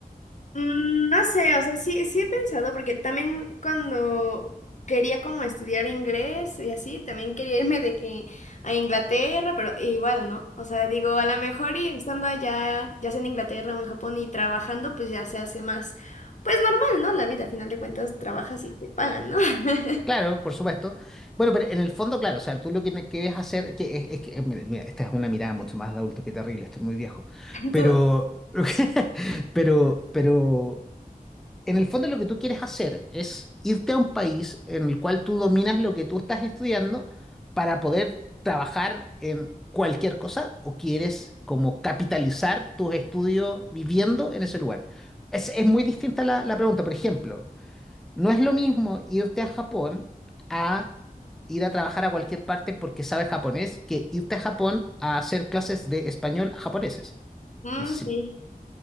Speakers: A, on the left; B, in the centre.
A: Mm, No sé, o sea, sí, sí he pensado, porque también cuando quería como estudiar inglés y así, también quería irme de que a Inglaterra, pero igual, ¿no? O sea, digo, a lo mejor y estando allá, ya sea en Inglaterra o en Japón y trabajando, pues ya se hace más, pues normal, ¿no? La vida, a final de cuentas, trabajas y te pagan, ¿no? <laughs>
B: Claro, por supuesto. Bueno, pero en el fondo, claro, o sea, tú lo que ne- quieres hacer, que es, es que, eh, mira, mira, esta es una mirada mucho más de adulto, qué terrible, estoy muy viejo, pero,
A: Tú-
B: <laughs> pero, pero, en el fondo lo que tú quieres hacer es irte a un país en el cual tú dominas lo que tú estás estudiando para poder trabajar en cualquier cosa o quieres como capitalizar tus estudios viviendo en ese lugar. Es, es muy distinta la, la pregunta. Por ejemplo, no es lo mismo irte a Japón a ir a trabajar a cualquier parte porque sabes japonés que irte a Japón a hacer clases de español a japoneses.
A: Mm,
B: No sé
A: sí.
B: si